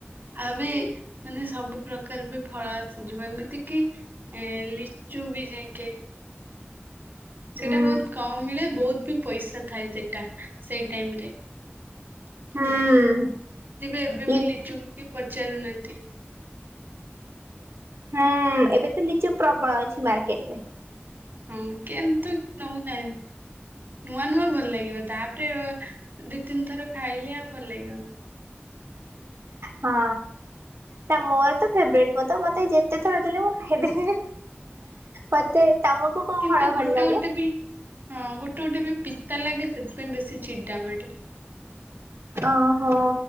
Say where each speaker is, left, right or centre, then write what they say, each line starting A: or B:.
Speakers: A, on the right; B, on the right.
A: ଆଉ ବି ମାନେ ସବୁ। ସବୁ ପ୍ରକାର ବି ଫଳ ଆସିଯିବ ଏମିତି କିି ଏ ଲିଚୁ ବି ଯାଇକି।
B: ହୁଁ
A: ସେଇଟା ବହୁତ କମ ମିଳେ ବହୁତ ବି। ପଇସା ଥାଏ ସେଟା ସେଇ ଟାଇମ ରେ।
B: ହୁଁ
A: ବେ ଏବେ
B: ଲି
A: ବି ଲିଚୁକୁ ବି। ପଚାରୁନାହାନ୍ତି।
B: ହୁଁ ଏବେ ତ ଲିଚୁ ପ୍ରବଳ ଅଛି ମାର୍କେଟ ରେ।
A: ହଁ କେନ୍ତୁ ନଉନାହାନ୍ତି। ନୂଆ ନୂଆ ଭଲ ଲାଗିବ ତାପରେ ଦି ତିନି ଥର ଖାଇଲେ ଆଉ ଭଲ ଲାଗିବନି।
B: ହଁ ନା ମୋର ତ ଫେବ୍ରେଟ, ମୁଁ ତ ମତେ ଯେତେ ଥର ଦେଲି ମୁଁ ଖାଇଦେବି, ମତେ। ତମକୁ କୋଉ
A: କିନ୍ତୁ
B: ଫଳ ଭଲ
A: ଗୋଟେ
B: ଲାଗେ?
A: ଗୋଟେ ବି ହଁ ଗୋ ଟେ ବି ପିତା ଲାଗେ ସେଥିପାଇଁ ବେଶୀ ଚିଡ଼ା ମାଡେ।
B: ଓହୋ